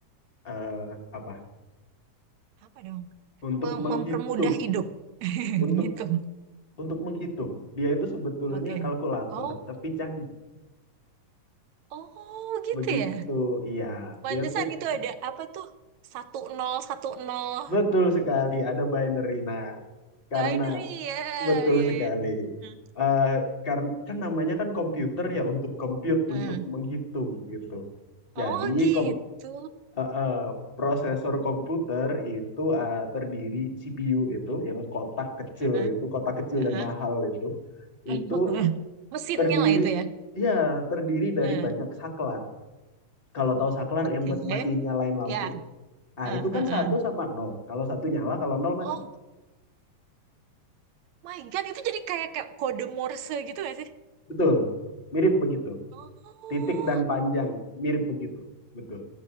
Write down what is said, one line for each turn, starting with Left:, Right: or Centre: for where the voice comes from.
Left: eh, apa?
Right: apa dong?
Left: Untuk
Right: Mem-
Left: menghitung,
Right: mempermudah hidup <laughs>
Left: untuk
Right: gitu.
Left: untuk menghitung. Dia itu sebetulnya
Right: Oke.
Left: kalkulator,
Right: Oh,
Left: tapi canggih.
Right: oh gitu
Left: Begitu,
Right: ya.
Left: iya.
Right: Pantesan
Left: Dia tuh
Right: itu
Left: ka-
Right: ada apa tuh? satu nol satu nol
Left: betul sekali
Right: apa sih?
Left: ada binary. Nah, karena
Right: binary ya,
Left: betul
Right: ya
Left: sekali.
Right: ya. Hmm.
Left: Eh karena kan namanya kan komputer ya untuk compute,
Right: hmm.
Left: untuk menghitung gitu. Jadi
Right: Oh gitu.
Left: kom eh, eh, prosesor komputer itu eh, terdiri CPU itu yang kotak kecil
Right: Heeh,
Left: itu, kotak kecil
Right: heeh.
Left: dan mahal itu,
Right: <laughs>
Left: itu
Right: Mesinnya
Left: terdiri
Right: lah itu ya.
Left: Ya, terdiri dari
Right: Heeh.
Left: banyak saklar. kalau tahu saklar
Right: Oke.
Left: yang buat matiin nyalain lampu.
Right: Ya.
Left: Ah,
Right: Heeh,
Left: itu
Right: heeh.
Left: kan satu sama nol. Kalau satu nyala, kalau nol mati.
Right: Oh. My God, itu jadi kayak, kayak kode Morse gitu gak sih?
Left: Betul. Mirip begitu.
Right: Oh.
Left: Titik dan panjang mirip begitu. Betul.